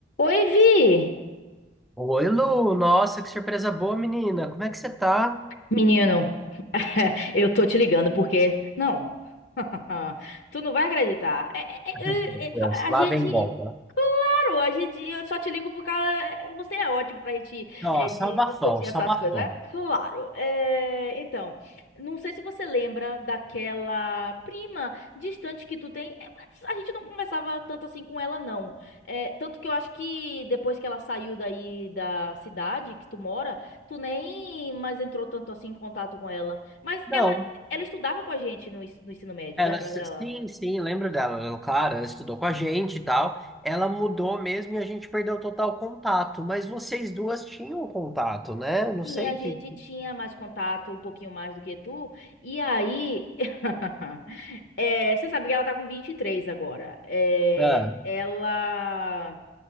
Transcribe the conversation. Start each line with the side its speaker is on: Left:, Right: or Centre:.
Left: Oi, Vi!
Centre: Oi, Lu! Nossa, que surpresa boa, menina! Como é que você tá?
Left: Menino, <laughs> eu tô te ligando porque. Não, <laughs> tu não vai acreditar. É- é- é-
Centre: Meu
Left: é- é, fa-
Centre: Deus, lá
Left: a gente.
Centre: vem bomba.
Left: Claro, a gente. Eu só te ligo por causa. Você é ótimo pra gente
Centre: Nossa,
Left: é, de-
Centre: abafão,
Left: discutir essas
Centre: abafão.
Left: coisas. É Claro. É, então, não sei se você lembra daquela prima distante que tu tem. É, A gente não conversava tanto assim com ela, não. É, tanto que eu acho que depois que ela saiu daí da cidade que tu mora. Tu nem mais entrou tanto assim em contato com ela. Mas
Centre: Não,
Left: ela, ela estudava com a gente no, ens- no ensino médio,
Centre: Ela,
Left: lembra
Centre: sim,
Left: dela?
Centre: sim, lembro dela. Ela, Claro, ela estudou com a gente e tal. Ela mudou mesmo e a gente perdeu total contato. Mas vocês duas tinham contato, né? Não sei
Left: Sim, a gente
Centre: que.
Left: tinha mais contato, um pouquinho mais do que tu. E aí, <laughs> é, você sabe que ela tá com 23 agora. É,
Centre: ah,
Left: ela